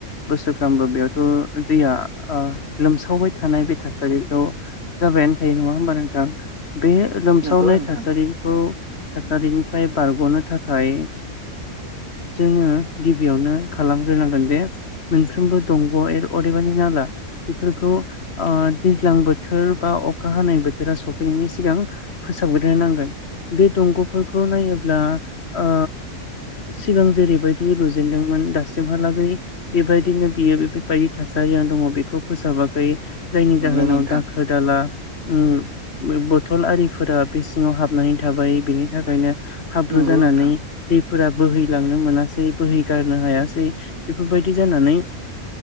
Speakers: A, on the left (about 50°); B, on the right (about 75°).
A: बोसोरफ्रामबो बेयावथ' दैया ओ लोमसावबाय थानाय बे थासारिखौ जाबायानो थायो नङा होमबा नोंथां बे लोमसावनाय
B: नंगौ नोंथां
A: थासारिखौ थासारिनिफ्राय बारग'नो थाखाय जोङो ओ गिबियावनो खालामग्रोनांगोन जे मोनफ्रोमबो दंग' ए अदेबानि नाला बेफोरखौ ओ दैज्लां बोथोर बा अखा हानाय बोथोरा सफैनायनि सिगां फोसाबग्रोनो नांगोन। बे दंग'फोरखौ नायोब्ला ओ सिगां जेरैबायदि लुजेनदोंमोन। दासिमहालागै बेबायदिनो बियो बेफोरबायदि थासारिया दङ'। बेखौ फोसाबाखै जायनि
B: नंगौ
A: जाहोनाव
B: नोंथां
A: दाखोर दाला उम बे बथल आरिफोरा बे सिङाव हाबनानै थाबाय बेनि थाखायनो हाब्रु
B: नंगौ
A: जानानै
B: नोंथां
A: दैफोरा बोहैलांनो मोनासै बोहै गारनो हायासै बेफोरबायदि जानानै